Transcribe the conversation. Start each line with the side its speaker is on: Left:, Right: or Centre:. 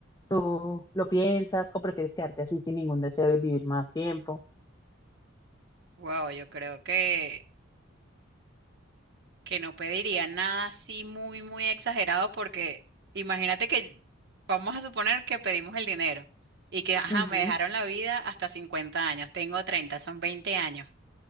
Left: ¿Tú lo piensas o prefieres quedarte así sin ningún deseo y vivir más tiempo?
Right: Wow, yo creo que, que no pediría nada así muy, muy exagerado porque imagínate que vamos a suponer que pedimos el dinero y que, ajá,
Left: Ujú,
Right: me dejaron la vida hasta 50 años, tengo 30, son 20 años.